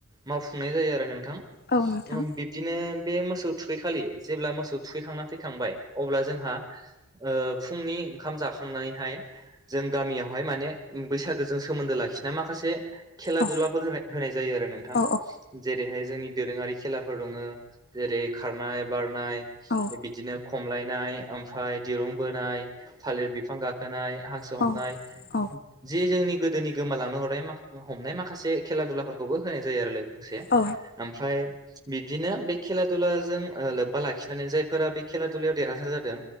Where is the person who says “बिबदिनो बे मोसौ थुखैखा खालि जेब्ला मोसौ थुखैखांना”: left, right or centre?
Right